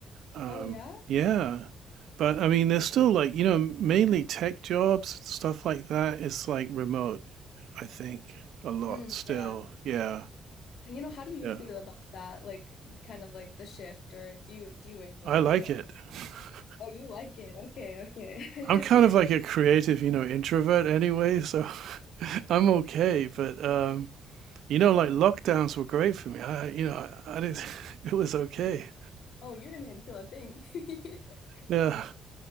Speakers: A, on the right (about 75°); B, on the left (about 70°).
A: Um,
B: Oh yeah?
A: yeah, but I mean, there's still like you know mainly tech jobs stuff like that. It's like remote, I think, a lot
B: Mm,
A: still.
B: yeah.
A: Yeah,
B: You know, how do you
A: yeah,
B: feel about that? Like kind of like the shift or do you do you enjoy
A: I
B: it?
A: like it. <laughs>
B: Oh, you like it. Okay, okay.
A: I'm kind of like
B: <laughs>
A: a creative, you know, introvert anyway, so <laughs> I'm okay. But um, you know, like lockdowns were great for me. I, you know, I, I didn't. <laughs> It was okay.
B: Oh, you didn't even feel a thing. <laughs>
A: Yeah,